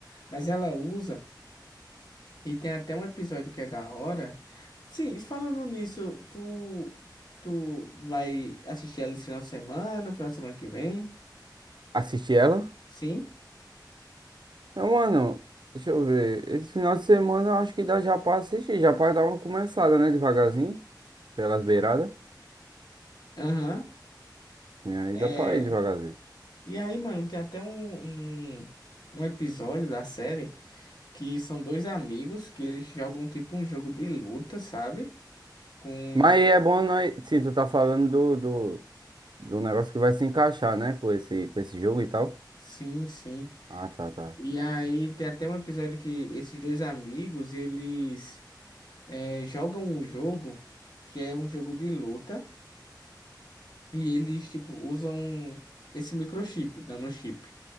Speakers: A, on the left; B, on the right.
A: Mas ela usa, e tem até um episódio que é da hora. Sim, e falando nisso, tu, tu vai assistir ela esse final de semana, final de semana que vem?
B: Assistir ela?
A: Sim?
B: Não, mano, deixa eu ver. Esse final de semana eu acho que dá já pra assistir. Já pra dar uma começada, né? Devagarzinho. Pelas beiradas.
A: Aham.
B: E aí
A: É...
B: dá pra ir devagarzinho.
A: E aí, mano, tem até um, um, um episódio da série que são dois amigos que eles jogam tipo um jogo de luta, sabe? Com.
B: Mas é bom nós. Sim, tu tá falando do, do, do negócio que vai se encaixar, né? Com esse, com esse jogo e tal.
A: Sim, sim.
B: Ah, tá, tá.
A: E aí tem até um episódio que esses dois amigos, eles eh, jogam um jogo que é um jogo de luta e eles, tipo, usam esse microchip, nanochip.